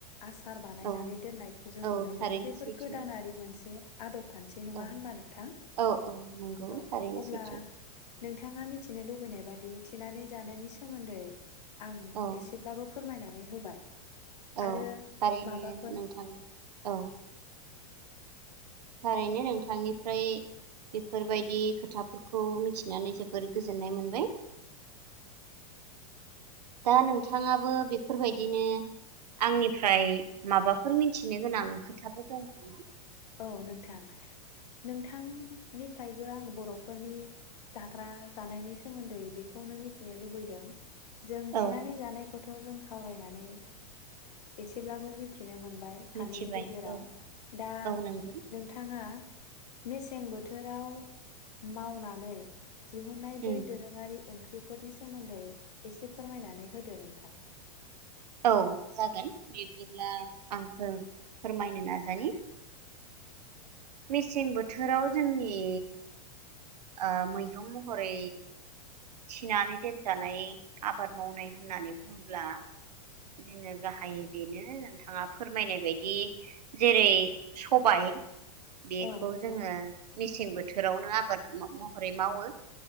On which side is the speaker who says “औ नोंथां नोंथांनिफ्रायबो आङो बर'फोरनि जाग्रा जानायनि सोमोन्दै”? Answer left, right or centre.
Left